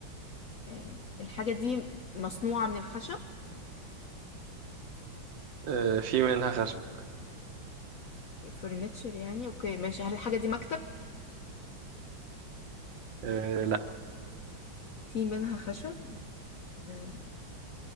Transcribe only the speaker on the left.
آه، الحاجة دي مصنوعة من الخشب
فرنتشر يعني اوكي ماشي هل الحاجة دي مكتب
في منها خشب آه،